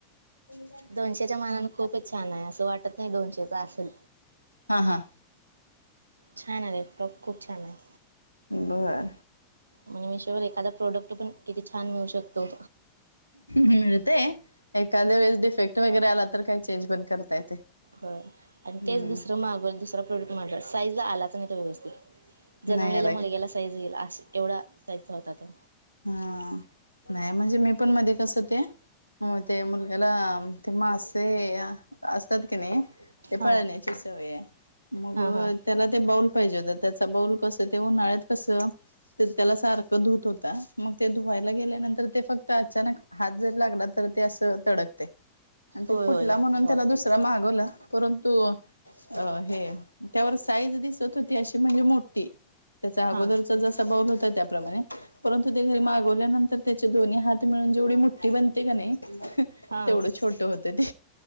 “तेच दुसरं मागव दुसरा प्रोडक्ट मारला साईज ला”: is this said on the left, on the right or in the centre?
Right